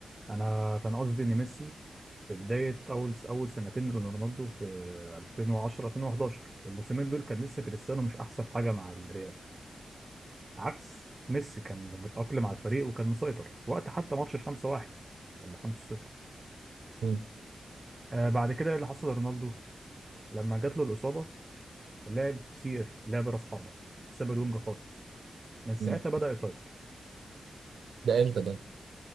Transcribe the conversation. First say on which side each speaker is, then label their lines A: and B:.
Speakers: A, on the right; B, on the right.
A: انا كان قصدي ان ميسي في بدايه اول اول سنتين لرونالدو في 2010 2011 الموسمين دول كان لسه كريستيانو مش احسن حاجه مع الريال عكس ميسي كان متاقلم على الفريق وكان مسيطر وقت حتى ماتش ال 5-1 ولا 5-0
B: مم.
A: آه بعد كده إيه اللي حصل لرونالدو لما جات له الإصابة لعب سي إف لعب رأس حربة ساب الونج خالص من ساعتها
B: مم.
A: بدأ يسيطر
B: ده إمتى ده؟